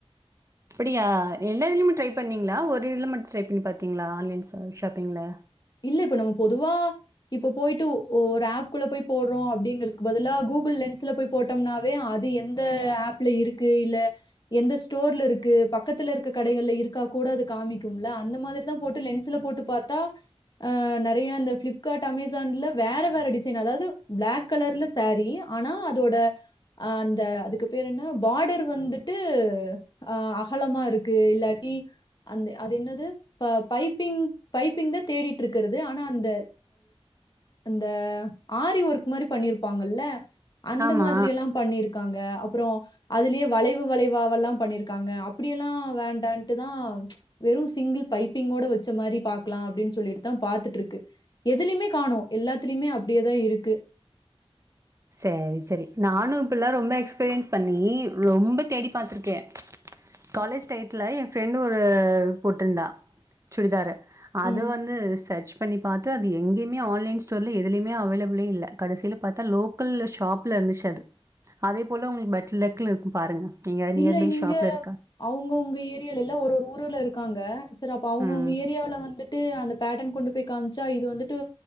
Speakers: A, on the right (about 30°); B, on the left (about 45°).
A: அப்டியா எல்லா இதுலுமே ட்ரை பண்ணீங்களா ஒரு இதுல மட்டும் ட்ரை பண்ணி பாத்தீங்களா ஆன்லைன் ஷாப்பி்ங்ல
B: இல்ல இப்ப நம்ம பொதுவா இப்ப போயிட்டு ஒரு ஆப்குள்ள போய் போடுறோம் அப்டிங்கிறதுக்கு பதிலா கூகுள் லென்ஸ்ல போய் போட்டோம்னாவே அது எந்த ஆப்ல இருக்கு இல்ல எந்த ஸ்டோர்ல இருக்கு பக்கத்துல இருக்க கடகள்ல இருக்கா கூட அது காமிக்கும்ல அந்த மாரிதான் போட்டு லென்ஸ்ல போட்டு பாத்தா அ நெறைய இந்த பிளிப்கார்ட் அமேசான்ல வேற வேற டிசைன் அதாவது பிளாக் கலர்ல சேரீ ஆனா அதோட அ அந்த அதுக்கு பேர் என்ன பாடர் வந்துட்டு அ அகலமா இருக்கு இல்லாட்டி அந்த அது என்னது ப பைப்பிங் பைப்பிங் தான் தேடி இருக்கிறது ஆனா அந்த அந்த ஆரி ஒர்க் மாரி பண்ணிருப்பாங்கல்ல அந்த
A: ஆமா
B: மாதிரி எல்லாம் பண்ணிருக்கு க்காங்க அப்றம் அதுலயே வளைவு வளைவாெல்லாம் பண்ணிருக்காங்க அப்டியெல்லாம் வேண்டான்ட்டு தான் வெறும் சிங்கிள் பைப்பிங்கோட வச்ச மாரி பாக்கலாம் அப்டின்னு சொல்லி தான் பாத்துட்டு இருக்கு எதுலயுமே காணோம் எல்லாத்துலயுமே அப்டியேதான் இருக்கு
A: செரி செரி நானும் இப்பலாம் ரொம்ப எக்ஸ்பீரியன்ஸ் பண்ணி ரொம்ப தேடி பாத்துருக்கேன் காலேஜ் டயத்துல என் ஃப்ரெண்டும் ஒரு போட்டிருந்தா சுடிதார் அத
B: ம்.
A: வந்து செர்ச் பண்ணி பாத்து அது எங்கயுமே ஆன்லைன் ஸ்டோர்ல எதுலையுமே அவைலபிளே இல்லகடைசியில பார்த்தாலோக் லோக்கல்ல ஷாப்ல இருந்துச்சு அது அதே போல உங்களுக்கு பட் லெக்கல இருக்கு பாருங்க நீங்கள் நியர்பை
B: இல்ல இங்க
A: ஷாப்ல இருக்கா
B: அவுங்கவுங்க ஏரியல இல்ல ஒரு - ஒரு ஊர்ல இருக்காங்க சார் அப்ப அவுங்கவுங்க
A: ம்
B: ஏரியாவல வந்துட்டு அந்த பேட்டன் கொண்டு போய் காம்ச்சா இது வந்துட்டு